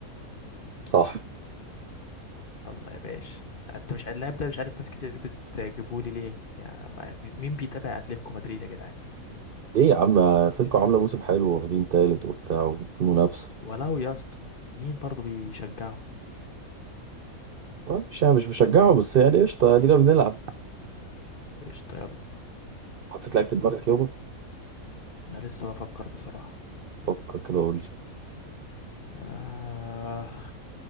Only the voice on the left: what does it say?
الله يا باشا انت مش اللاعب ده مش عارف ناس كتير بتجيبهولي ليه يا ما- مين بيتابع اتلتيكو مدريد يا جدعان
ولو يا اسطى مين برضه بيشجعه
قشطة يلا
انا لسه بفكر بصراحة
آه...